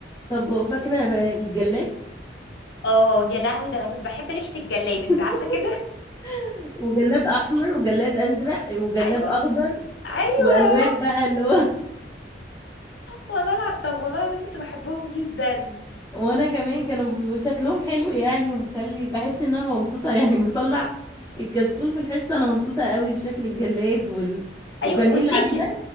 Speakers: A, on the left; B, on the left.
A: طب
B: وكنت
A: فاكره بقى الجلاد
B: اه يا لهوي ده انا كنت بحب ريحة الجلاد
A: <laughs>
B: انت عارفة كده
A: وجلاد احمر وجلاد ازرق وجلاد
B: <laughs> ايوه
A: اخضر
B: ايوه
A: والوان بقى اللي هو
B: والله لا طب والله العظيم كنت بحبهم جدا
A: <laughs> وانا كمان كانوا بيبقوا شكلهم حلو يعني ومخلي بحس ان انا مبسوطه يعني <laughs> بطلع الكشكول في الحصه انا مبسوطه قوي بشكل الجلاد وال...
B: ايوه
A: وكان
B: والتيكت
A: ايه اللي عليه ده